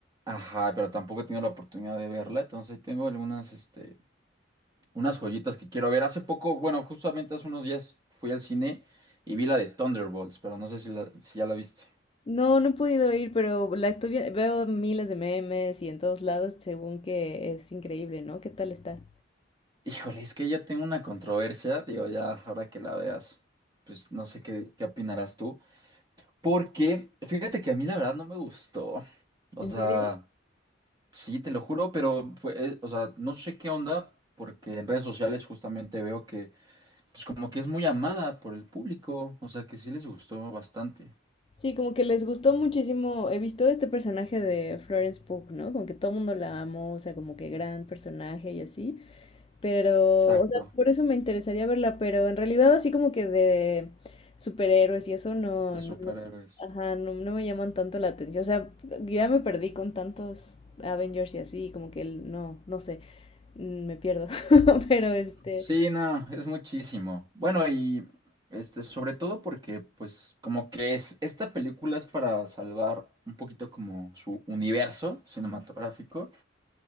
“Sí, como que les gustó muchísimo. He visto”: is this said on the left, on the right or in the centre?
Left